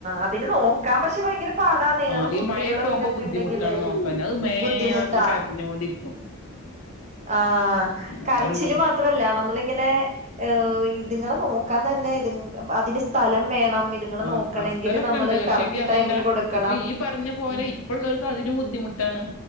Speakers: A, on the right; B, on the left.
A: അതിന് നോക്കാം പക്ഷെ ഭയങ്കര പാടാന്നേ
B: ആഹ്
A: നമ്മൾ
B: ഈ
A: കുട്ടികളും
B: മഴയൊക്കെ ആവുമ്പോ
A: ഇതൊക്കെ
B: ബുദ്ധിമുട്ടാണ്
A: ഉണ്ടെങ്കില്
B: നോക്കാൻ അത് മേ
A: ബുദ്ധിമു
B: പറഞ്ഞ്
A: ട്ടാ
B: കരഞ്ഞോണ്ടിരിക്കും
A: ആ കരച്ചില്
B: അതാണുള്ളത്
A: മാത്രല്ല നമ്മളിങ്ങനെ ഏഹ് ഈ ഇതുങ്ങളെ നോക്കാന്ന് തന്നെ ഇ അതിന് സ്ഥലം വേണം ഇതുങ്ങളെ
B: ആഹ്
A: നോക്കണെങ്കില്
B: ആ അവസ്ഥലൊക്കെ
A: നമ്മള്
B: ഉണ്ട് പക്ഷെങ്കി
A: കറക്റ്റ്
B: അതല്ല
A: ടൈമില് കൊടുക്കണം
B: ഇപ്പൊ ഈ പറഞ്ഞ പോലെ
A: ഉം
B: ഇപ്പള്ളവർക്ക് അതിനു ബുദ്ധിമുട്ടാണ്